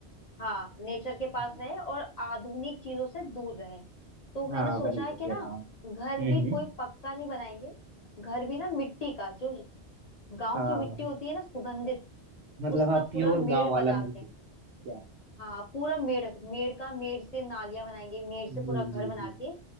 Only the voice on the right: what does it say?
हाँ
हाँ
वही सब
देता
हूँ
हम्म
हम्म
हाँ
मतलब
आप प्योर
गांव
वाला बनना
चाहते हैं क्या
जी
जी
जी